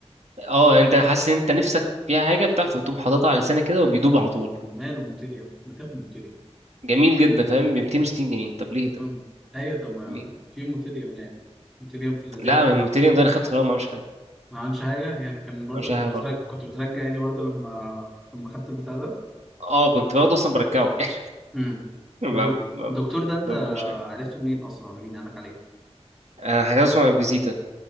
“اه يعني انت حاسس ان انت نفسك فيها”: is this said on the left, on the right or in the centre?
Right